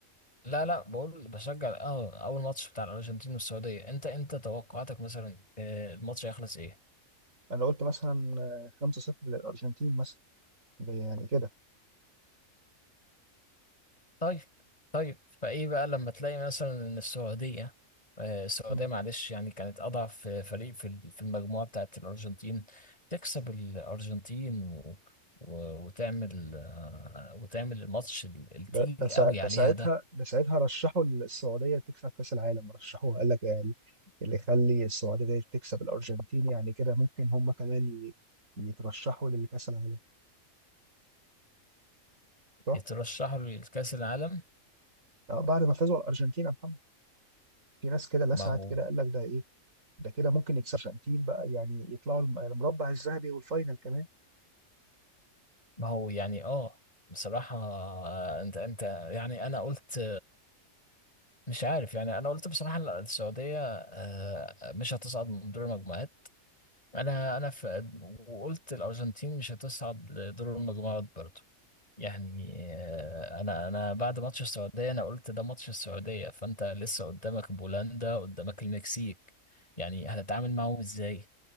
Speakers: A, on the left; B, on the right.
A: لا لا بقول بشجع اه أول ماتش بتاع الأرجنتين والسعودية أنت أنت توقعاتك مثلا آه، الماتش هيخلص إيه؟
B: انا قلت مثلا آه، 5-0 للارجنتين مثلا ب- يعني كده
A: طيب طيب فايه بقى لما تلاقي مثلا ان السعوديه آه، السعوديه
B: مم.
A: معلش يعني كانت اضعف فريق في ال- في المجموعه بتاعت الارجنتين تكسب الارجنتين و و- وتعمل آه، وتعمل الماتش ال- التقيل
B: ده ده سا-
A: قوي عليها
B: ده ساعتها
A: ده
B: ده ساعتها رشحوا السعوديه تكسب كاس العالم رشحوها قال لك يعني اللي يخلي السعوديه دي تكسب الارجنتين يعني كده ممكن هم كمان ي- يترشحوا لكاس العالم صح؟
A: يترشحوا لكأس العالم
B: آه، بعد ما فازوا على الارجنتين يا محمد في ناس كده لسعت
A: ما هو
B: كده قال لك ده ايه ده كده ممكن يكسب الارجنتين بقى يعني يطلعوا الم- المربع الذهبي والفاينل كمان
A: ما هو يعني اه بصراحة آه، انت انت يعني انا قلت مش عارف يعني انا قلت بصراحة السعودية آه، مش هتصعد من دور المجموعات انا انا في وقلت الارجنتين مش هتصعد لدور المجموعات برضو يعني آه، انا انا بعد ماتش السعوديه انا قلت ده ماتش السعوديه فانت لسه قدامك بولندا قدامك المكسيك يعني هتتعامل معاهم ازاي